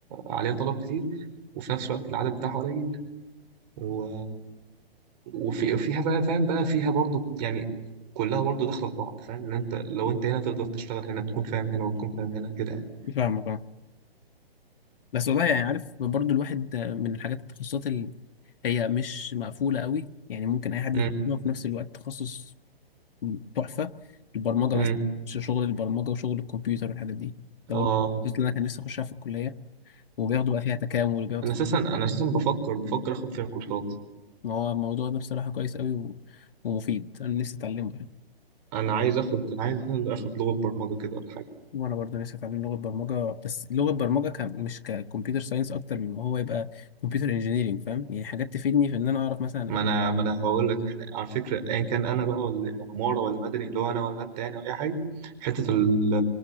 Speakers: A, on the right; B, on the left.
A: عليها طلب كتير وفي نفس الوقت العدد بتاعها قليل و... وفي فيها بقى فاهم بقى فيها برضه يعني كلها برضه داخله في بعض فاهم ان انت لو انت هنا تقدر تشتغل هنا تكون فاهم هنا وتكون فاهم هنا كده يعني
B: فاهمك اه بس والله يعني عارف برضو الواحد من الحاجات التخصصات اللي هي مش مقفوله قوي يعني ممكن اي حد
A: امم
B: يتعلمها في نفس الوقت تخصص تحفه البرمجه
A: امم
B: مثلا ش- شغل البرمجه وشغل الكمبيوتر والحاجات دي ده
A: اه
B: برضو التخصص اللي انا كان نفسي اخشها في الكليه وبياخدوا بقى فيها تكامل وبياخدوا
A: انا اساسا انا اساسا بفكر بفكر اخد فيها كورسات
B: ما هو الموضوع ده بصراحه كويس قوي و... ومفيد انا نفسي اتعلمه يعني
A: انا عايز اخد انا عايز أساساً اخد لغه برمجه كده ولا حاجه
B: وانا برضه نفسي اتعلم لغه برمجه بس لغه برمجه ك... مش ككمبيوتر ساينس اكتر من ما هو يبقى كمبيوتر انجينيرنج فاهم يعني حاجات تفيدني في ان انا اعرف مثلا
A: ما انا ما انا هقول لك احنا على فكره ايا كان انا بقى ولا عماره ولا مدني اللي هو انا ولا انت يعني أو اي حاجه حته ال-